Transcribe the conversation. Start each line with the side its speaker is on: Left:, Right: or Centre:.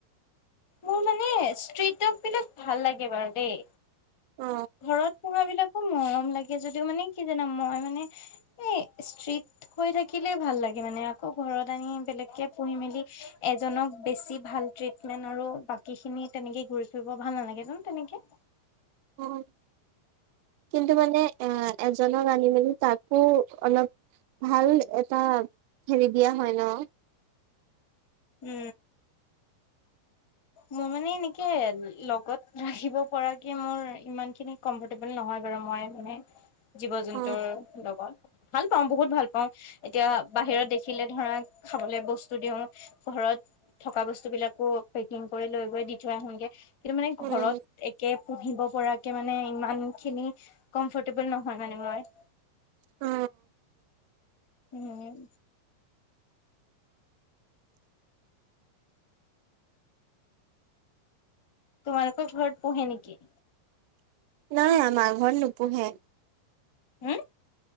Left: মোৰ মানে ষ্টীট <unintelligible> বিলাক ভাল লাগে বাৰু দেই
Right: অ
Left: ঘৰত পো়হা বিলাক খু মৰম লাগে যদিও মানে কি জানা মই মানে এই ষ্ট্ৰীট হৈ থাকিলে ভাল লাগে মানে আকৌ ঘৰত আনি বেলেগকে পঢ়ি মেলি এজনক বেছি ভাল ট্ৰিটমেন্ট আৰু বাকী খিনি তেনেকে ঘূৰি ফুৰিব ভাল নালাগে জানো তেনেকে
Right: উম কিন্তু মানে এ এজনক আনি মেলি তাকো অলপ ভাল এটা খেলি দিয়া হয় অ
Left: উম মোৰ মানে এনেকে লগত ৰাখিব পৰাকে মোৰ ইমান খিনি কমফৰ্টেবল নহয় বাৰু মই মানে জীৱ জন্তুৰ
Right: অ
Left: লগত ভাল পাওঁ বহুত ভাল পাওঁ এতিয়া বাহিৰত দেখিলে ধৰা খাবলে বস্তু দিওঁ ঘৰত থকা বস্তু বিলাকো পেকিং কৰি লৈ গৈ দি থৈ আহনগে কিন্তু মানে
Right: উম
Left: ঘৰত একে পুহিব পৰাকে মানে ইমান খিনি কমফৰ্টেবল নহয় মানে মই
Right: অ
Left: উম তোমালোকৰ ঘৰত পোহছ নেকি
Right: নাই আমাৰ ঘৰত নুপোহে
Left: হে